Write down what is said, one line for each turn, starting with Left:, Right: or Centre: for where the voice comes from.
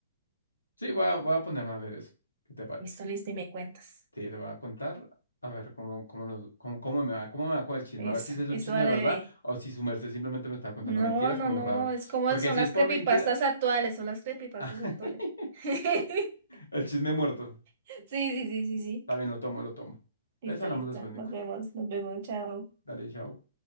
Left: Sí, voy a, voy a ponerme a ver eso. ¿Qué te parece?
Right: Listo, listo, y me cuentas.
Left: Sí, te voy a contar. A ver cómo, cómo, nos- cómo, cómo me va, cómo me va con el chisme.
Right: Eso,
Left: A ver si ese es un
Right: eso
Left: chisme
Right: dale,
Left: de verdad
Right: bebé.
Left: o si su merced simplemente me está contando
Right: No,
Left: mentiras,
Right: no,
Left: como
Right: no,
Left: raro.
Right: es como
Left: Porque
Right: son
Left: si
Right: las
Left: es por
Right: creepypastas
Left: mentira,
Right: actuales, son las creepypastas
Left: <laughs>
Right: actuales. <laughs>
Left: el chisme muerto.
Right: Sí, sí, sí, sí, sí.
Left: También lo tomo, lo tomo. Pues
Right: Listo,
Left: hablamos
Right: listo.
Left: después, Nico.
Right: Nos vemos, nos vemos, chao.
Left: Dale, chao.